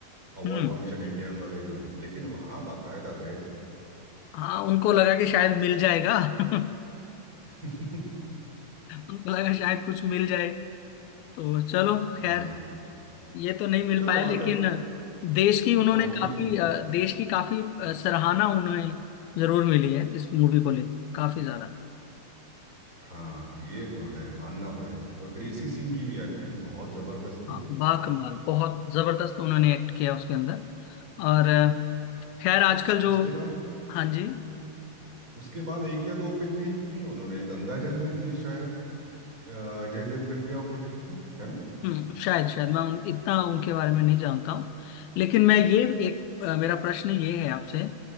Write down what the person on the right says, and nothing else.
अवार्ड
फंक्शन इंडियन वाले जो हैं लेकिन वहाँ बाकायदा गए थे
<laughs>
हाँ
चलो
वहाँ
तक
पहुँची
फिल्म
हाँ ये तो है मानना पड़ेगा और ग्रेसी सिंह की भी एक्टिंग बहुत ज़बरदस्त
थी
उसके बाद
हम्म, उसके बाद एक या दो फिल्में ही की हैं उन्होंने गंगा जल में थी शायद अ, अजय देवगन के ऑपोजिट में है ना